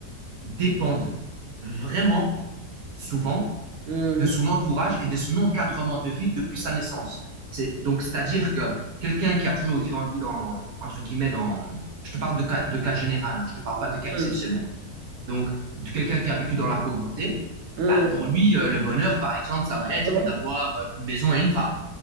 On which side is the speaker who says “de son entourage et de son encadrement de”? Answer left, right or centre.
Right